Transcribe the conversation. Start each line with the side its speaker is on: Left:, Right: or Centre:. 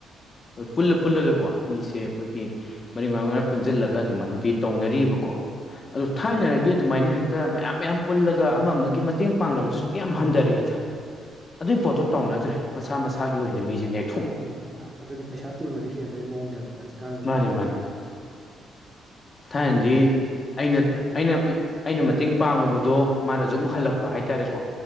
Left: ꯄꯨꯜꯂ ꯄꯨꯜꯂꯒꯀꯣ ꯃꯤꯁꯦ ꯑꯩꯈꯣꯏꯒꯤ ꯃꯔꯤꯛ ꯃꯔꯥꯡ ꯃꯅ ꯄꯨꯟꯁꯤꯜꯂꯒ ꯑꯗꯨꯃꯥꯏꯅꯗꯤ ꯇꯧꯅꯔꯤꯕꯀꯣ ꯑꯗ
Right: ꯑꯧ
Left: ꯊꯥꯏꯅꯔꯒꯤ ꯑꯗꯨꯃꯥꯏꯅ ꯍꯦꯛꯇ ꯃꯌꯥꯝ ꯃꯌꯥꯝ ꯄꯨꯜꯂꯒ ꯑꯃ ꯑꯃꯒꯤ ꯃꯇꯦꯡ ꯄꯥꯡꯅꯕꯗꯨ ꯀꯌꯥꯝ ꯍꯟꯊꯔꯛꯑꯦꯗ ꯑꯗꯨꯏ ꯄꯣꯠꯇꯣ ꯇꯧꯅꯗ꯭ꯔꯦ ꯃꯁꯥ ꯃꯁꯥꯒꯤ ꯑꯣꯏꯅ ꯃꯤꯁ ꯅꯦꯛ
Right: ꯎꯝ ꯑꯥ ꯑꯗꯨꯗꯤ ꯄꯩꯁꯥ ꯇꯤꯡꯕꯗꯤ ꯍꯦꯟꯕꯩ ꯃꯑꯣꯡꯅꯦꯕ ꯍꯧꯖꯤꯛꯀꯥꯟꯁꯤꯅ
Left: ꯃꯥꯅꯤ ꯃꯥꯅꯤ ꯊꯥꯏꯅꯖꯤ ꯑꯩꯅ ꯑꯩꯅ ꯑꯩꯅ ꯃꯇꯦꯡ ꯄꯥꯡꯉꯨꯕꯗꯣ ꯃꯥꯅꯁꯨ ꯑꯃꯨꯛ ꯍꯜꯂꯛꯄ ꯍꯥꯏꯇꯥꯔꯦꯀꯣ